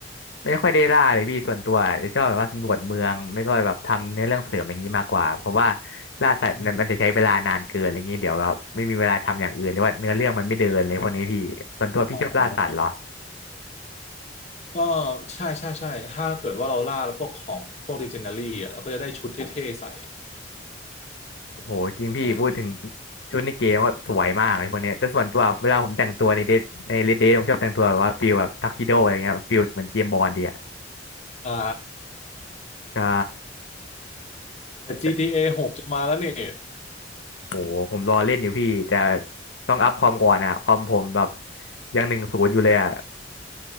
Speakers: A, on the left; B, on the left.
A: ไม่ค่อยได้ล่าเลยพี่ส่วนตัวจะชอบแบบว่าสำรวจเมืองไม่ก็แบบทำเนื้อเรื่องเสริมอย่างนี้มากกว่าเพราะว่าล่าสัตว์มันมันจะใช้เวลานานเกินอะไรเงี้ยเดี๋ยวแบบไม่มีเวลาทำอย่างอื่นหรือว่าเนื้อเรื่องมันไม่เดินเลยพวกนี้พี่ส่วนตัวพี่ชอบล่าสัตว์เหรอ
B: อืมอ๋อก็ใช่ใช่ใช่ถ้าเกิดว่าเราล่าแล้วพวกของพวกลิเจนดารี่อะเราก็จะได้ชุดเท่ๆใส่
A: โหจริงพี่พูดถึง
B: อ่า
A: ชุดในเกมว่าสวยมากเลยพวกเนี้ยแต่ส่วนตัวเวลาผมแต่งตัวในเดทในเลดเดทผมชอบแต่งตัวแบบว่าฟิลแบบทักซิโดอะไรเงี้ยฟิลเหมือนเจมส์บอนด์เดีย
B: อ่า
A: ใช่
B: <laughs> แต่ GTA
A: แต่
B: 6จะมาแล้วนี่
A: โหผมรอเล่นอยู่พี่แต่ต้องอัพความก่อนอะความผมแบบยังหนึ่งศูนย์อยู่เลยอะ